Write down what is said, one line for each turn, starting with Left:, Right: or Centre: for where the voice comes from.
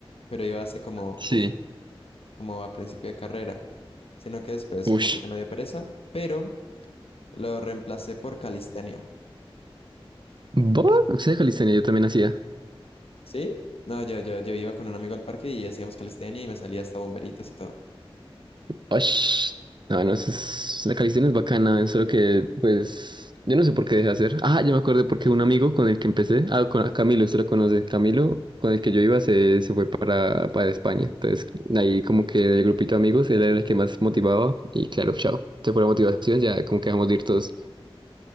Left: pero iba hace como,
Right: Sí.
Left: uf, como a principio de carrera, sino que después
Right: Ush.
Left: como que ya me dio pereza, pero lo reemplacé por calistenia,
Right: ¿Vos? ¿Usted de calistenia? Yo también hacía.
Left: ¿sí? No, yo, yo, yo iba con un amigo al parque y hacíamos calistenia y me salía hasta bomberitos y todo.
Right: Ush. No, no, eso es- la calistenia es bacana, es solo que, pues, yo no sé por qué dejé de hacer. Ah, ya me acuerdo porque un amigo con el que empecé, ah, con a Camilo, usted lo conoce, Camilo, con el que yo iba, se, se fue para, para España. Entonces, ahí como que del grupito de amigos, él era el que más motivaba y claro, chao. Se fue la motivación, ya como que dejamos de ir todos.